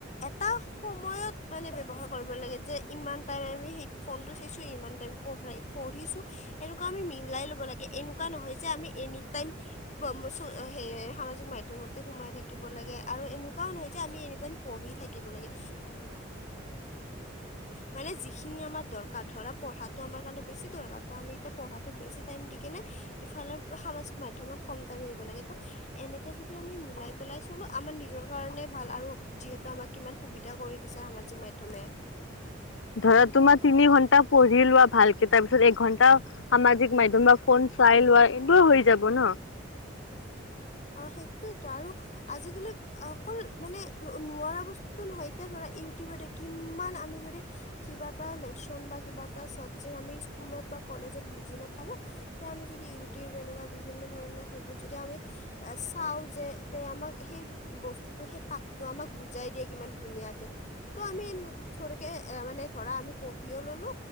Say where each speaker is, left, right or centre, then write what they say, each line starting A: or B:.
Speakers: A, on the left (about 40°); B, on the left (about 85°).
A: এটা সময়ত মানে ব্যৱহাৰ কৰিব লাগে যে ইমানটাই আমি সেই ফোনটো চাইছোঁ, ইমান টাইম পঢ়-পঢ়িছোঁ, এ আমি মিলাই ল'ব লাগে, এনেকুৱা নহয় যে আমি এনিটাইম <unintelligible> সামাজিক মাধ্যমতে সোমাই থাকিব লাগে, আৰু এনেকুৱাও নহয় যে আমি এনিটাইম কিব লাগে, মানে যিখিনি আমাৰ দৰকাৰ, ধৰা পঢ়াটো আমাৰ কাৰণে বেছি দৰকাৰ, ত' আমি এতিয়া পঢ়া বেছি টাইম দি কেনে, ইফালে সামাজিক মাধ্যমত কম টাইম দিব লাগে, ত' এনে এতিয়া যদি আমি মিলাই পেলাই চলো, আমাৰ নিজৰ কাৰণেই ভাল, আৰু যিহেতু আমাক কিমান সুবিধা কৰি দিছে আমাক সামাজিক সামাজিক মাধ্যমে
B: ধৰা তোমাৰ তিনি ঘণ্টা পঢ়ি লোৱা ভালকে তাৰ পিছত এঘন্টা সামাজিক মাধ্যম বা ফোন চাই লোৱা শুবই হৈ যাব ন।
A: অ', সেইটোয়েইতো, আৰু আজিকালি অকল মানে নোৱাৰা বস্তুটো নহয়, এতিয়া ধৰা ইউটিউবতে কিমান আমি যদি কিবা এটা লেচন বা কিবা এটা চাবজেক্ট আমি স্কুলত বা কলেজত বুজি নাপালোঁ, তেতিয়া আমি যদি ইউটিউব এনেকুৱা বিভিন্ন ধৰণৰ শেষত যদি আমি চাওঁ যে, তে আমাক সেই বস্তুটো, সেই পাঠটো আমাক বুজাই দিয়ে কিমান ধুনীয়াকে। ত' আমি থৰিকে এ মানে ধৰা আমি পঢ়িও ল'লো,